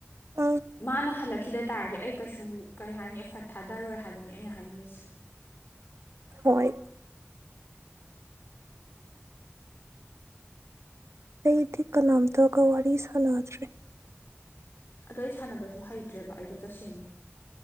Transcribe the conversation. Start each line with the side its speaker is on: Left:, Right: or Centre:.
Right: ꯎꯝ
Left: ꯃꯥꯅ ꯍꯜꯂꯛꯈꯤꯗ ꯇꯥꯔꯗꯤ ꯑꯩ ꯀꯩꯁꯨ ꯀꯩ ꯍꯥꯏꯅꯤ ꯑꯦꯐꯔꯠ ꯊꯥꯗꯔꯣꯏ ꯍꯥꯏꯕꯅꯤ ꯑꯩꯅ ꯍꯥꯏꯅꯤꯡꯉꯤꯁꯦ
Right: ꯍꯣꯏ ꯑꯩꯗꯤ ꯀꯅꯥꯝꯇꯒ ꯋꯥꯔꯤ ꯁꯥꯟꯅꯗ꯭ꯔꯦ
Left: ꯑꯗꯣ ꯑꯩ ꯁꯥꯟꯅꯕꯁꯨ ꯍꯩꯇ꯭ꯔꯦꯕ ꯑꯩꯗꯣ ꯇꯁꯦꯡꯅ